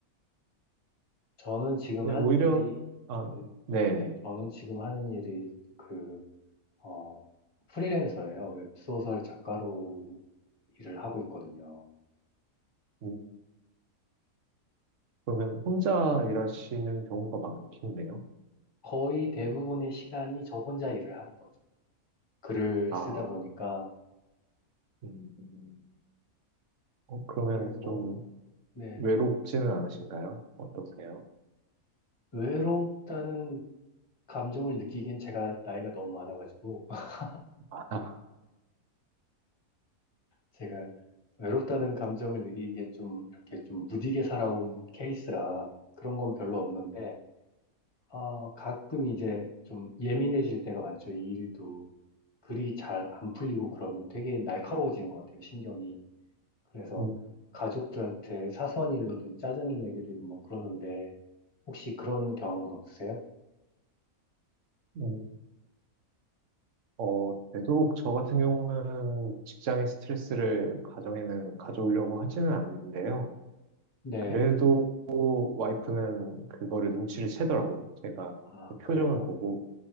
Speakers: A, on the left; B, on the right.
A: 저는 지금
B: 근데
A: 하는
B: 오히려,
A: 일이,
B: 아,
A: 음,
B: 네,
A: 네,
B: 네.
A: 저는 지금 하는 일이 그, 어, 프리랜서예요. 웹소설 작가로 일을 하고 있거든요.
B: 음, 그러면 혼자 일하시는 경우가 많겠네요.
A: 거의 대부분의 시간이 저 혼자 일을 하는 거죠. 글을
B: 아,
A: 쓰다 보니까
B: 음, 음. 어, 그러면
A: 그래서
B: 좀
A: 네
B: 외롭지는 않으신가요? 어떠세요?
A: 외롭다는 감정을 느끼기엔 제가 나이가 너무 많아가지고 <laughs>
B: <laughs>
A: 제가 외롭다는 감정을 느끼기엔 좀 이렇게 좀 무디게 살아온 케이스라 그런 건 별로 없는데 아 가끔 이제 좀 예민해질 때가 많죠 이 일도 글이 잘 안 풀리고 그러면 되게 날카로워지는 것 같아요 신경이 그래서
B: 음,
A: 가족들한테 사소한 일로도 짜증을 내게 되고 막 그러는데 혹시 그런 경험은 없으세요?
B: 음. 어, 되도록 저 같은 경우는 직장의 스트레스를 가정에는 가져오려고 하지는 않는데요.
A: 네.
B: 그래도 와이프는 그거를 눈치를 채더라고요. 제가
A: 아,
B: 표정을
A: 그래요?
B: 보고.